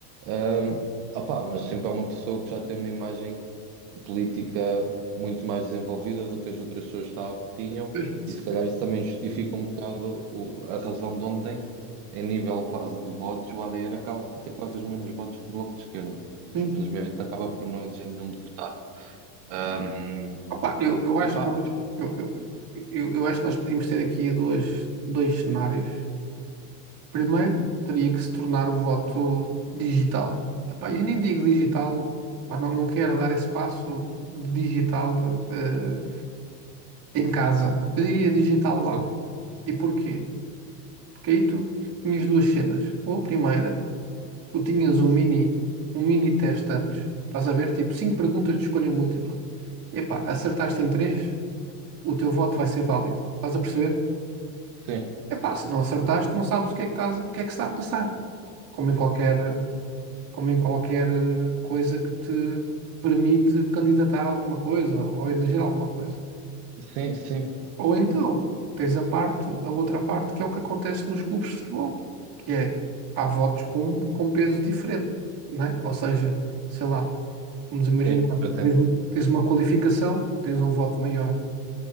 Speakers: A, on the right (about 60°); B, on the right (about 45°).
A: ah opá, mas sempre é uma pessoa que já tem uma imagem política muito mais desenvolvida do que as outras pessoas estavam- tinham,
B: Sim.
A: e se calhar isso também justifica um bocado o- a razão de ontem, em nível quase de votos, o ADN acaba por ter quase os mesmos votos que o Bloco de Esquerda. Simplesmente
B: Sim.
A: acaba por não eleger nenhum deputado. Ahm,
B: Opa, eu, eu acho
A: epá,
B: que nós, eu, eu, eu, eu acho que nós podíamos ter aqui duas, dois cenários. Primeiro, teria que se tornar o voto digital. Epá, eu nem digo digital, pá, não, não quero dar esse passo de digital eh, em casa. Eu diria digital lá.
A: sim,
B: E porquê? Porque aí tu tinhas duas cenas. Ou a primeira, tu tinhas um mini, um mini teste antes, estás a ver? Tipo, cinco perguntas de escolha múltipla. Epá, acertaste em três? o teu voto vai ser válido. Estás a perceber?
A: sim,
B: Epá, se não acertaste, não sabes o que é que estás, o que é que está a passar. Como em qualquer, como em qualquer eh, coisa que te permite candidatar a alguma coisa ou eleger alguma coisa.
A: sim, sim,
B: Ou então, tens a parte, a outra parte, que é o que acontece nos clubes de futebol, que é, há votos com, com peso diferente, não é? Ou seja, sei lá, vamos imaginar,
A: sim, pretendo.
B: tu tens, tens uma qualificação, tens um voto maior.